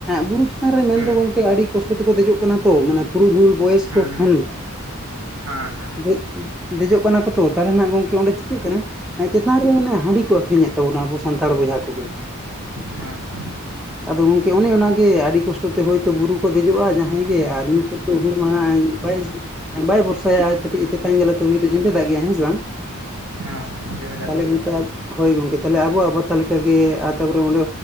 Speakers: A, in the centre; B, on the right.
A: ᱵᱩᱨᱩ ᱪᱮᱛᱟᱱ ᱨᱮ ᱢᱮᱱᱫᱚ
B: ᱦᱮᱸ
A: ᱜᱚᱢᱠᱮ ᱟᱹᱰᱤ ᱠᱚᱥᱴᱚ ᱛᱮᱠᱚ ᱫᱮᱡᱚᱜ ᱠᱟᱱᱟ ᱛᱚ ᱢᱟᱱᱮ ᱯᱩᱨᱩᱫᱷᱩᱞ ᱵᱚᱭᱮᱥ ᱠᱚ
B: ᱦᱮᱸ ᱦᱮᱸ
A: ᱠᱷᱚᱱ
B: ᱦᱮᱸ ᱦᱮᱸ
A: ᱮᱡ ᱫᱮᱡᱚᱜ ᱠᱟᱱᱟ ᱠᱚ ᱛᱚ ᱛᱟᱦᱚᱞᱮ ᱱᱟᱜ ᱜᱚᱢᱠᱮ ᱚᱸᱰᱮ ᱪᱤᱠᱟᱹᱜ ᱠᱟᱱᱟ ᱪᱮᱛᱟᱱ ᱨᱮ ᱢᱟᱱᱮ ᱦᱟᱹᱸᱰᱤ ᱠᱚ ᱟᱹᱠᱷᱨᱤᱧᱮᱫ ᱛᱟᱵᱚᱱᱟ ᱟᱵᱚ ᱥᱟᱱᱛᱟᱲ ᱵᱚᱭᱦᱟ ᱠᱚᱜᱮ
B: ᱦᱮᱸ ᱦᱮᱸ
A: ᱟᱫᱚ ᱜᱚᱢᱠᱮ ᱚᱱᱮ ᱚᱱᱟᱜᱮ ᱟᱹᱰᱤ ᱠᱚᱥᱴᱚ ᱛᱮ ᱦᱳᱭᱛᱚ ᱵᱩᱨᱩ ᱠᱚ ᱫᱮᱡᱚᱜᱼᱟ ᱡᱟᱦᱟᱸᱭ ᱜᱮ ᱟᱨ ᱧᱩ <unintelligible> <inaudible> ᱵᱟᱭ ᱵᱷᱚᱨᱥᱟᱭᱟ ᱟᱨ ᱠᱟᱹᱴᱤᱡ ᱛᱮᱛᱟᱝ ᱡᱟᱞᱟᱛᱮ ᱩᱱᱤ ᱫᱚ ᱡᱮᱵᱮᱸᱫ ᱫᱟᱜ ᱜᱮᱭᱟ ᱦᱮᱸ ᱥᱮ ᱵᱟᱝ
B: ᱦᱮᱸ ᱦᱮᱸ ᱡᱚᱢᱮᱫᱟᱜ
A: <unintelligible>
B: ᱜᱮ
A: ᱦᱳᱭ ᱜᱚᱢᱠᱮ ᱛᱟᱦᱚᱞᱮ ᱟᱵᱚᱣᱟᱜ ᱯᱟᱛᱟ ᱞᱮᱠᱟᱜᱮ ᱟᱨ ᱛᱟᱯᱚᱨᱮ ᱚᱸᱰᱮ